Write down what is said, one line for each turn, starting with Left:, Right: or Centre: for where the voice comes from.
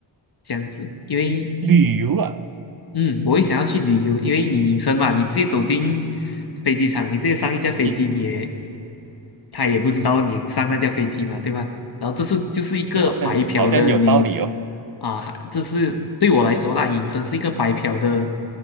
Left: 这样子，因为
Right: 旅游啊，
Left: 嗯，我会想要去旅游，因为你隐身嘛，你直接走进飞机场，你直接上一架飞机，
Right: 其实
Left: 你也他也不知道你上那架飞机嘛，对吧？然后这是就是一个白嫖的旅
Right: 好像好像有道理哦。
Left: 啊，这是对我来说啦，隐身是一个白嫖的